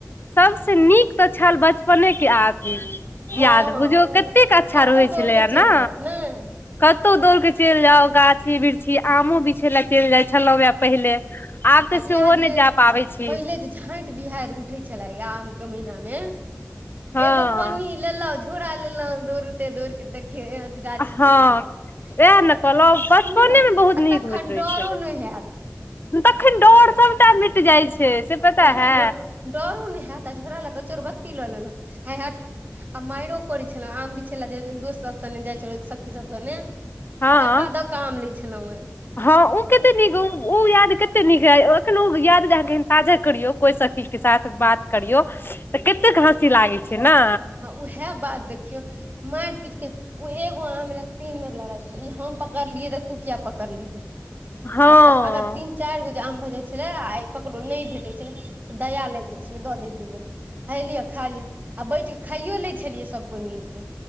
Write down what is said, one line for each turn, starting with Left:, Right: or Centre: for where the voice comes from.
Left: सबसँ नीक तऽ छल बचपने के आदमी
Right: हँ
Left: याद
Right: हँ
Left: बुझौ
Right: उ
Left: कतेक अच्छा
Right: कतहु
Left: रहै
Right: दौड़
Left: छलैए
Right: कऽ चलि
Left: ने
Right: जाउ नहि
Left: कतहु दौड़ कऽ चइल जाउ गाछी वृक्षी आमो बिछय लए चलि जाइत छलहुँ हए पहिले आब तऽ
Right: आ
Left: सेहो
Right: याद
Left: नइ
Right: अछि
Left: जा पाबै छै
Right: पहिले जे झाट बिहारि उठे छलाे या आम के महिना मे
Left: हँ
Right: एगो पनीर इले झोर अले दूरते दोर कत ख गाछी
Left: हँ
Right: चलि गेलहुँ
Left: उएह ने
Right: एतऽ
Left: कहलहुँ
Right: सुनियौ
Left: बचपनेमे
Right: ने
Left: बहुत
Right: एतऽ
Left: नीक होइत
Right: खंडरो
Left: रहैत छलै
Right: नहि होयत
Left: तखन डर सबटा मिट जाइ छै से पता
Right: उएह
Left: है
Right: ने डरो नहि हत आ झोरा लऽ कऽ चोर बत्ती लऽ लेलक ह आ मारि करै छलहुँ आम भी छले दोस्तसभ से जाइत छलहु सखीसभ सनेे
Left: हँ
Right: धक्का धक्का आम लैत छलहुँ हैं
Left: हँ ओ कतेक नीक ओ याद कतेक नीक रह एखन ओ याद अहाँ ताजा करियौ कोइसखी के साथ बात करियौ तऽ कतेक हँसी लागे छै ने
Right: उएह बात देखियौ माइर पीट के ओ एगो आम म ल तीन बेर लड़ाइ छै ई हम पकड़लियह तऽ तू किया पकड़लिही
Left: हँ
Right: आ तऽ अगर तीन चाइर गो जे आम भऽ जाइत छलै आ ककरो नइ भेटै छलै तऽ दया लागि जाइ छलै दऽ द दूगो हेलिय खा आ बैठ खाइयो लै छलियै सब कोइ मिलके